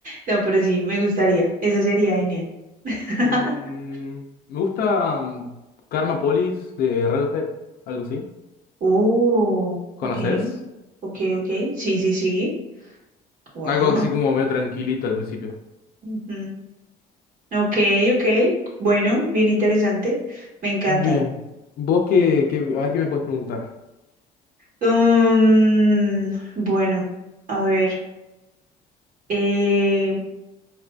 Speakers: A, on the right; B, on the left.
A: No, pero sí, me gustaría. Esa sería genial. <laughs>
B: Mm, me gusta mm, Karma Police de Radiohead, algo así.
A: Oh,
B: ¿Conoces?
A: ok. Ok, ok. Sí, sí, sí. Wow.
B: Algo así como
A: <laughs>
B: medio tranquilito al principio.
A: Ujú. Ok, ok. Bueno, bien interesante. Me encanta.
B: Bien. ¿Vos qué, qué- a ver qué me puedes preguntar?
A: Mm, bueno, a ver. eh,